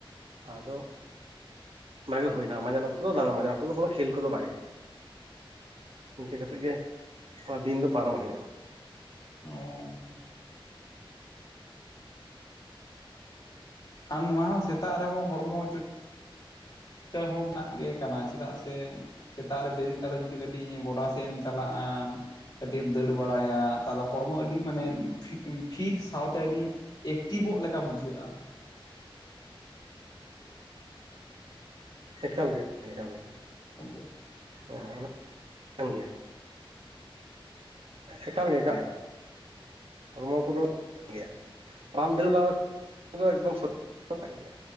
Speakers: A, on the right; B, on the left.
A: ᱟᱫᱚ ᱚᱱᱟ ᱜᱮ ᱦᱩᱭᱱᱟ ᱢᱟᱡᱟᱱ ᱚᱠᱛᱚ ᱫᱟᱲᱟ ᱢᱟᱡᱟᱱ ᱚᱠᱛᱚ ᱫᱚ ᱠᱳᱱᱳ ᱠᱷᱮᱞ ᱠᱚᱫᱚ ᱵᱟᱭ ᱤᱱᱠᱟᱹ ᱠᱟᱛᱮᱫ ᱜᱮ ᱱᱚᱣᱟ ᱫᱤᱱ ᱫᱚ ᱯᱟᱨᱚᱢ ᱦᱩᱭᱩᱜᱼᱟ
B: ᱚᱻ ᱟᱨ ᱱᱚᱣᱟ ᱦᱚᱸ ᱥᱮᱛᱟᱜ ᱨᱮᱦᱚᱸ ᱦᱚᱲᱢᱚ ᱪᱟ ᱦᱚᱸᱜ ᱢᱮᱱᱟᱜ ᱜᱮ ᱠᱟᱱᱟ ᱪᱮᱫᱟᱜ ᱥᱮ ᱥᱮᱛᱟᱜ ᱨᱮ ᱵᱮᱨᱮᱫ ᱠᱟᱛᱮ ᱡᱩᱫᱤ ᱠᱟᱹᱴᱤᱡ ᱜᱚᱰᱟ ᱥᱮᱜ ᱮᱢ ᱪᱟᱞᱟᱜᱼᱟ ᱠᱟᱹᱴᱤᱡ ᱮᱢ ᱫᱟᱹᱲ ᱵᱟᱲᱟᱭᱟ ᱛᱟᱦᱚᱞᱮ ᱦᱚᱲᱢᱚ ᱟᱹᱰᱤ ᱢᱟᱱᱮ ᱯᱷᱤᱴ ᱥᱟᱶᱛᱮ ᱟᱹᱰᱤ ᱮᱠᱴᱤᱵᱚᱜ ᱞᱮᱠᱟ ᱵᱩᱡᱷᱟᱹᱜᱼᱟ
A: ᱮᱠᱟᱞᱜᱮ ᱮᱠᱟᱞᱜᱮ
B: ᱜᱚᱝᱠᱮ
A: ᱦᱮᱸ ᱠᱟᱱ ᱜᱮᱭᱟ ᱮᱠᱟᱞ ᱜᱮ ᱮᱠᱟ ᱜᱮ ᱦᱚᱲᱢᱚ ᱠᱚᱫᱚ ᱴᱷᱤᱠ ᱜᱮᱭᱟ ᱨᱟᱢ ᱫᱚ ᱵᱟᱝ ᱮᱠᱫᱚᱢ ᱜᱮᱭᱟ